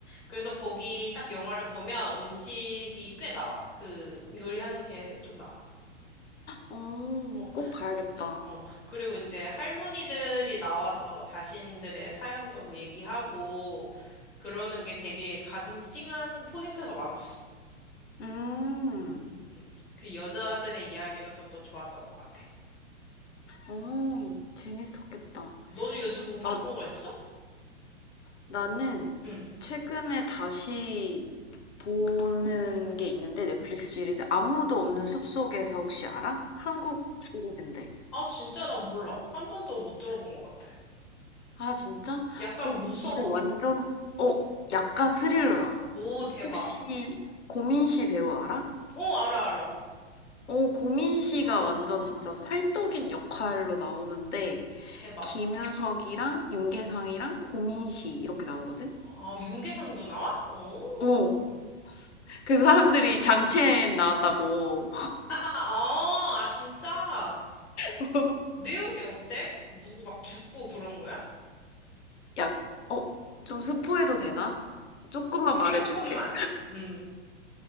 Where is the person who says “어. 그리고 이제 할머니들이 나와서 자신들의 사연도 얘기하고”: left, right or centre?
Centre